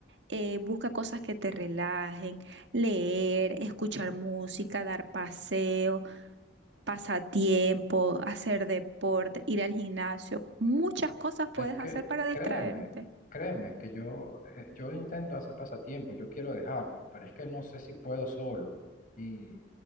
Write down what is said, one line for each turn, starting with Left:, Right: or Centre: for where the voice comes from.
Right: Eh, busca cosas que te relajen, leer, escuchar música, dar paseo, pasatiempo, hacer deporte, ir al gimnasio. Muchas cosas puedes
Left: Es que
Right: hacer para
Left: créeme,
Right: distraerte.
Left: créeme que yo, eh, yo intento hacer pasatiempo, yo quiero dejarlo, pero es que no sé si puedo solo. Y,